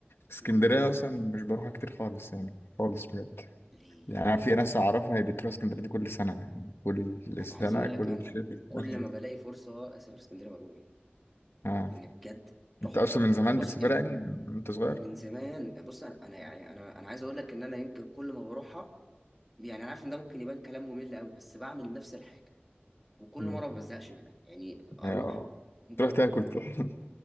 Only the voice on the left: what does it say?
اسكندرية
اصلا مش بروحها كتير خالص يعني خالص بجد
يعني أنا
في
ناس
أعرفها هي بتروح اسكندرية دي كل سنة يعني كل
سنة
كل
شتاء
بقى هناك
آه
أنت أصلا من زمان
بتسافرها
يعني من- أنت صغير؟
مم.
هي آه.
تروح تاكل
طبعا <laughs>